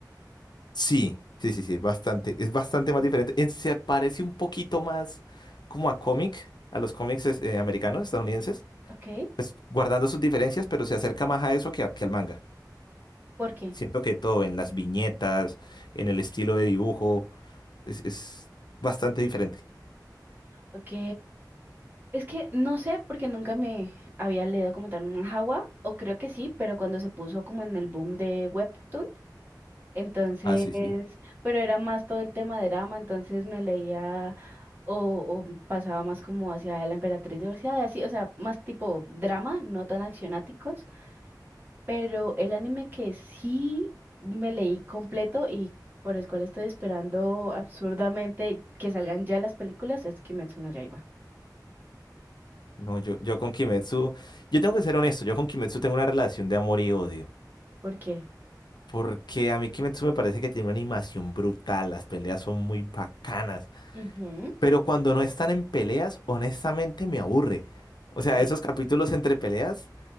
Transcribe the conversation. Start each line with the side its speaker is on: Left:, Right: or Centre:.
Left: Sí, sí, sí, sí, bastante. Es bastante más diferente. Eh, Se parece un poquito más como a cómic, a los cómics es- eh, americanos, estadounidenses,
Right: Ok,
Left: pues guardando sus diferencias, pero se acerca más a eso que, a- que al manga.
Right: ¿por qué?
Left: Siento que todo, en las viñetas, en el estilo de dibujo, es, es bastante diferente.
Right: Ok, Es que no sé porque nunca me había leído como tal un manhwa, o creo que sí, pero cuando se puso como en el boom de Webtoon, entonces,
Left: Ah, sí, sí.
Right: pero era más todo el tema de drama, entonces me leía o, o pasaba más como hacia la emperatriz divorciada, así, o sea, más tipo drama, no tan accionáticos, pero el anime que sí me leí completo y por el cual estoy esperando absurdamente que salgan ya las películas es Kimetsu no Yaiba.
Left: No, yo, yo con Kimetsu, yo tengo que ser honesto, yo con Kimetsu tengo una relación de amor y odio.
Right: ¿Por qué?
Left: Porque a mí Kimetsu me parece que tiene una animación brutal, las peleas son muy bacanas.
Right: Ujú,
Left: pero cuando no están en peleas, honestamente me aburre. O
Right: ok.
Left: sea, esos capítulos entre peleas,